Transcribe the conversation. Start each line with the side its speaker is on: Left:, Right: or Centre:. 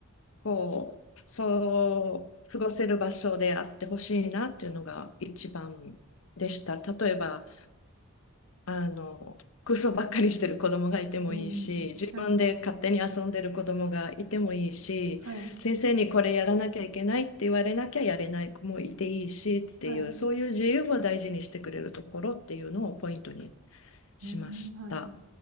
Left: こう、そう、過ごせる場所であってほしいなっていうのが一番でした。例えば、あの、空想ばっかりしてる子供がいてもいいし、
Right: うん、
Left: 自分で勝手に遊んでる子供がいてもいいし、
Right: はい、はい、
Left: 先生にこれやらなきゃいけないって言われなきゃやれない子もいていいしっていう、
Right: はい、
Left: そういう自由を大事にしてくれるところっていうのをポイントにしました。
Right: うん、は